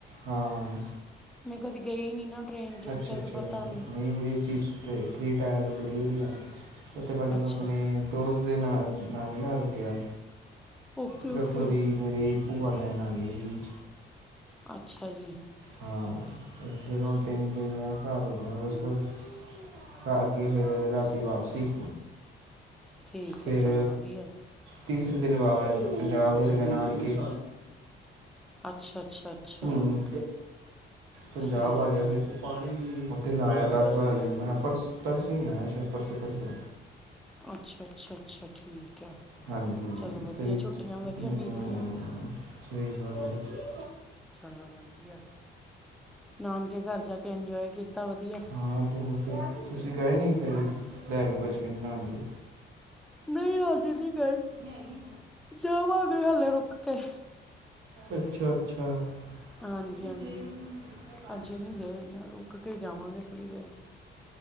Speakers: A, on the right (about 85°); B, in the centre.
A: ਹਾਂ
B: ਮੈਂ ਕਦੇ ਗਈ ਨੀ ਨਾ। ਟ੍ਰੇਨ 'ਚ ਇਸ
A: ਅੱਛਾ
B: ਕਰਕੇ
A: ਅੱਛਾ।
B: ਪਤਾ
A: ਨਹੀਂ ਏਸੀ ਥ੍ਰੀ ਟਾਇਰ ਬੜੀ ਵਧੀਆ। ਉਸ ਤੋਂ ਪਹਿਲੇ
B: ਅੱਛਾ
A: ਮੈਂ, ਆਪਣੇ ਦੋਸਤ ਦੇ ਨਾਲ ਨਾਨੀ ਘਰ ਰੁਕਿਆ।
B: ਓਕੇ
A: ਫੇਰ
B: ਓਕੇ
A: ਉੱਥੋਂ ਦੀ ਮੇਰੀ ਭੂਆ ਲੈਣ ਆ ਗੀ ਸੀ।
B: ਅੱਛਾ ਜੀ।
A: ਹਾਂ ਉ ਫਿਰ ਹੁਣ ਤਿੰਨ ਦਿਨ ਘਰ ਗਿਆ ਉਸ ਤੋ ਤਾਂ ਅੱਗੇ ਫੇਰ ਰਾਤੀ ਵਾਪਸੀ।
B: ਠੀਕ
A: ਫਿਰ
B: ਹੈ ਚਲੋ ਵਧੀਆ
A: ਤੀਸਰੇ ਦਿਨ ਵੀ ਮੈਂ ਪੰਜਾਬ ਚਲਗਿਆ ਨਾਨਕੇ।
B: ਅੱਛਾ ਅੱਛਾ ਅੱਛਾ
A: ਹੂੰ। ਪੰਜਾਬ
B: ਠੀਕ
A: ਆ ਗਿਆ
B: ਹੈ
A: ਫਿਰ। ਉੱਥੇ ਲਾਇਆ ਦਸ- ਬਾਰਾਂ ਦਿਨ, ਮੈਂ ਪਰਸ ਤਰਸੋਂ ਹੀ ਆਇਆ ਪਰਸੋਂ -ਤਰਸੋ।
B: ਅੱਛਾ ਅੱਛਾ ਅੱਛਾ ਠੀਕ ਹੈ।
A: ਹਾਂਜੀ।
B: ਚਲੋ ਵਧੀਆ
A: ਤੇ
B: ਛੁੱਟੀਆਂ ਵਧੀਆ
A: ਹੂੰ
B: ਬੀਤ ਗਈਆਂ
A: ਸਹੀ ਗੱਲ ਹੈ।
B: ਚੱਲੋ ਵਧੀਆ। ਨਾਨਕੇ ਘਰ ਜਾ ਕੇ ਇੰਜੋਏ ਕੀਤਾ ਵਧੀਆ।
A: ਹਾਂ ਬਹੁਤ। ਤੁਸੀਂ ਗਏ ਨਹੀਂ ਫਿਰ, ਲੈ ਕੇ ਬੱਚਿਆਂ ਨੂੰ ਨਾਨਕੇ।
B: ਨਹੀਂ ਹਜੇ ਨਹੀਂ ਗੇ।
A: ਲਿਆਈ
B: ਜਾਵਾਂਗੇ ਹਲੇੇ ਰੁਕ ਕੇ
A: ਅੱਛਾ, ਅੱਛਾ
B: ਹਾਂਜੀ,
A: ਉਹਦੀ
B: ਹਾਂਜੀ
A: ਦੇ ਮੈਂ ਪਾ
B: ਹਜੇ
A: ਲਈ
B: ਨੀ ਗਏ ਰੁਕ ਕੇ ਜਾਵਾਂਗੇ ਥੋੜ੍ਹੀ ਦੇਰ